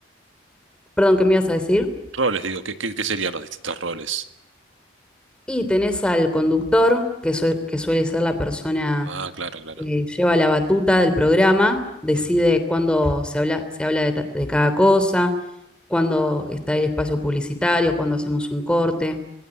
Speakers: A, in the centre; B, on the right.
A: perdón, ¿qué me ibas a decir?
B: Roles, digo, ¿qué, qué, qué serían los distintos roles?
A: Y tenés al conductor, que, sue- que suele ser la persona
B: Ah, claro, claro.
A: que lleva la batuta del programa, decide
B: Mm,
A: cuándo se habla, se habla de, ta- de cada cosa, cuándo está el espacio publicitario, cuándo hacemos un corte.